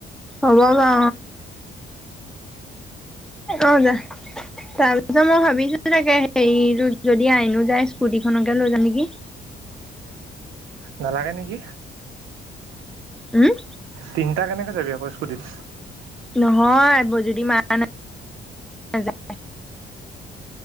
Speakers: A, in the centre; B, on the right.
A: হ'ব বা। অ যা তাৰ পিছত মই ভাবিছোঁ তাকে হেৰি যদি আইনো যায় স্কুটিখনকে লৈ যাম নেকি।
B: নালাগে নেকি।
A: উম!
B: তিনিটা কেনেকৈ যাবি আকৌ স্কুটিত।
A: নহয় যদি মাৰ নযায়।